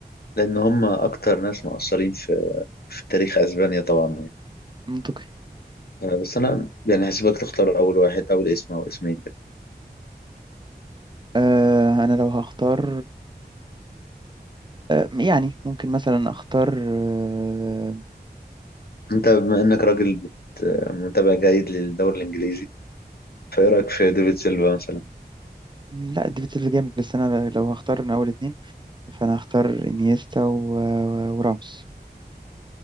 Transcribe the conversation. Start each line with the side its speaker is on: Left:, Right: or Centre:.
Left: لان هم اكتر ناس مؤثرين في, في تاريخ اسبانيا طبعا يعني
Right: منطقي
Left: آه بس انا يعني هسيبك تختار اول واحد اول اسم او اسمين كده.
Right: آه، انا لو هختار آه، يعني ممكن مثلا اختار آه،
Left: انت بما انك راجل بت- متابع جيد للدوري الانجليزي فايه رايك في ديفيد سيلفا مثلا
Right: لا ديفيد سيلفا جامد بس انا لو هختار من اول اتنين فانا هختار انيستا و... وراموس